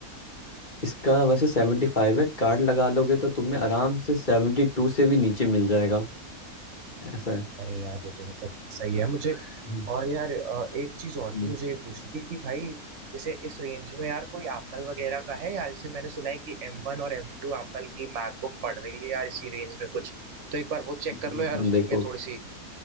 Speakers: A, on the left; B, on the right.
A: इसका वैसे सेवेंटी फाइव है कार्ड लगा लोगे तो तुम्हें आराम से सेवेंटी टू से भी नीचे मिल जाएगा ऐसा है
B: अरे यार ये तो मतलब सही
A: अ,
B: है मुझे
A: हम्म,
B: और यार अ, एक चीज और
A: हम्म,
B: थी मुझे ये पूछनी थी कि भाई जैसे इस रेंज में यार कोई एप्पल वगैरह का है यार जैसे मैंने सुना है कि एम वन और एम टू एप्पल की मैकबुक पड़ रही है यार इसी रेंज में कुछ तो एक बार वो चेक
A: हम्म,
B: कर लो यार उसमें
A: देखो
B: थोड़ी सी